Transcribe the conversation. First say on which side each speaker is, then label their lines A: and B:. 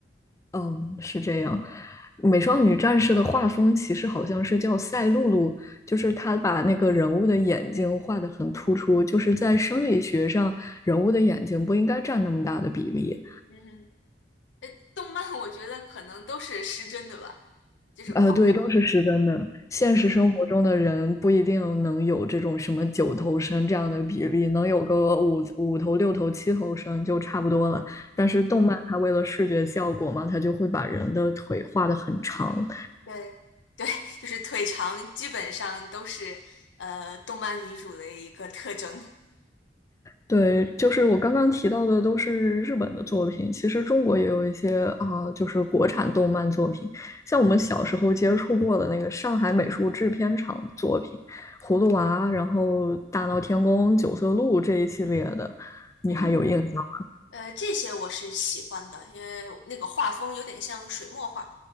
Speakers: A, on the left; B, on the left.
A: 嗯，是这样。美少女战士的画风其实好像是叫赛璐璐，就是她把那个人物的眼睛画得很突出，就是在生理学上，人物的眼睛不应该占那么大的比例。
B: 嗯，呃，动漫我觉得可能都是失真的吧，就是夸。
A: 呃，对，都是失真的。现实生活中的人不一定能有这种什么九头身这样的比例，
B: 嗯
A: 能有个五五头、六头、七头身就差不多了。
B: 嗯。
A: 但是动漫它为了视觉效果嘛，它就会把人的腿画得很长。
B: 对对，就是腿长，基本上都是呃动漫女主的一个特征。
A: 对，就是我刚刚提到的都是日本的作品，其实中国也有一些啊、呃就是国产动漫作品，像我们小时候接触过的那个上海美术制片厂的作品，《葫芦娃》，然后《大闹天宫》《九色鹿》这一系列的，你还有印象？
B: 嗯，呃，这些我是喜欢的，因为那个画风有点像水墨画，